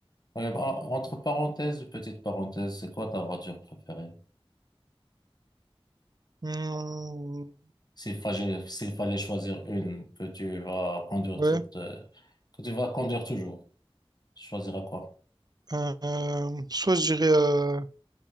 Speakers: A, on the left; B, on the right.
A: Ouais, bah, entre parenthèses, petite parenthèse, c'est quoi ta voiture préférée?
B: Hmm,
A: S'il fallait, s'il fallait choisir une que tu vas conduire
B: ouais.
A: toute, euh, que tu vas conduire toujours, tu choisiras quoi?
B: Euh, euh, soit je dirais... euh,